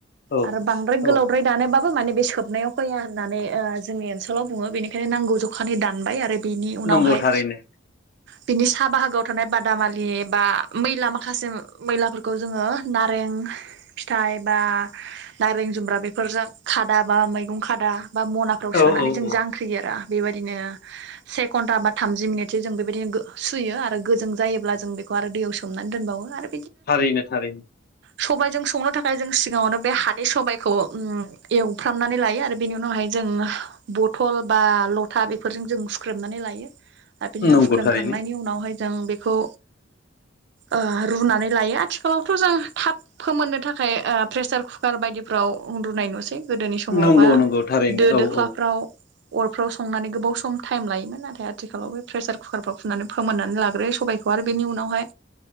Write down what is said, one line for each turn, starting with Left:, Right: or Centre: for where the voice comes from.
Left: औ
Right: आरो बांद्राय गोलावद्राय
Left: औ
Right: दानोबा माने बे सोबनायाव फैया होननानै ओ जोंनि ओनसोलाव बुङो बेनिखायनो नांगौ जखानि दानबाय आरो बे उनावहाय
Left: नंगौ थारैनो
Right: बिनि साहा बाहागोआव थानाय बादामालि बा मैला माखासे मैलाफोरखौ जोङो नारें फिथाइ बा नाररें जुमब्रा बेफोरजों खादा बा मैगं खादा बा मनाफ्राव
Left: औ
Right: सोनानै
Left: औ
Right: जों
Left: औ
Right: जांख्रियोेरा बेबायदिनो सेफ एक घन्टा बा थामजि मिनिटसो जों बेबायदिनो सुयो आरो गोजों जायोब्ला जों बेखौ आरो दैयाव सोमनानै दोनबावो आरो
Left: थारैनो थारैनो।
Right: सबाइजों संनो थाखाय जों सिगाङावनो बे हादै सबाइखौ ओम एवफ्रामनानै लायो आरो बेनि उनावहाय जों जों बथल बा लथा बेफोरजों जों सु ख्रेमनानै लायो आरो बिदिनो
Left: नंगौ
Right: फुख्रेमखांनायनि
Left: थारैनो
Right: उनावहाय जों बेखौ ओ रुनानै लायो आथिखालावथ' जों थाब फोमोननो थाखाय ओ प्रेसार कुकार बायदि फाव उन्दुनाय नुसै गोदोनि समावबा
Left: नंगौ नंगौ थारैनो
Right: दो
Left: औ
Right: दोख्लाफ्राव
Left: औ
Right: अरफ्राव संनानै गोबाव सं टाइम लायोमोन नाथाय आथिखालाव बे प्रेसार कुकारफ्राव फुननानै फोमोननानै लाग्रोयो सबायखौ आरो बेनि उनावहाय